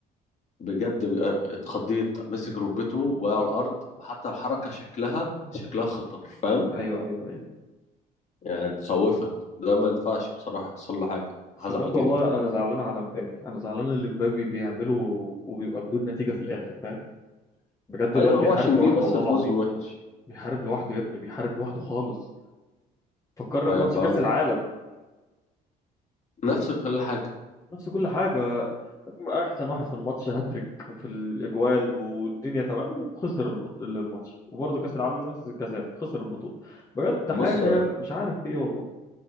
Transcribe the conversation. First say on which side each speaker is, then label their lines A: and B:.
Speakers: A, on the left; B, on the left.
A: بجد بقى اتخضيت مسك ركبته وقع على الارض وحتى الحركه شكلها شكلها خطر فاهم
B: ايوه ايوه
A: يعني تخوفك ده ما ينفعش بصراحه يحصل له حاجه
B: بس
A: هزعل
B: بجد
A: جدا
B: والله انا زعلان على مبابي انا زعلان اللي مبابي بيعمله وبيبقى بدون نتيجة في الاخر فاهم بجد
A: ايوه
B: الواد بيحارب
A: هو عشان
B: لوحده
A: جه بس
B: والله
A: في
B: العظيم
A: موسم وحش
B: بيحارب لوحده يا ابني بيحارب لوحده خالص فكرني
A: ايوه
B: بماتش
A: فاهم
B: كاس العالم
A: نفسك كل حاجه
B: نفس كل حاجة احسن واحد في الماتش هاتريك في الاجوال والدنيا تمام وخسر البط... الماتش وبرضه كاس العالم نفس الكاس خسر البطولة بجد
A: بص
B: حاجة مش عارف في ايه والله